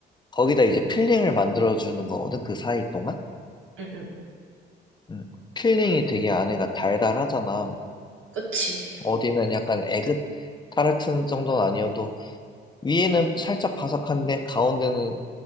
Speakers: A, on the left (about 20°); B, on the right (about 80°).
A: 거기다 이제 필링을 만들어주는 거거든, 그 사이 동안.
B: 응, 응.
A: 음, 필링이 되게 안에가 달달하잖아.
B: 그치.
A: 어디는 약간 에그 타르트 정도는 아니어도 위에는 살짝 바삭한데 가운데는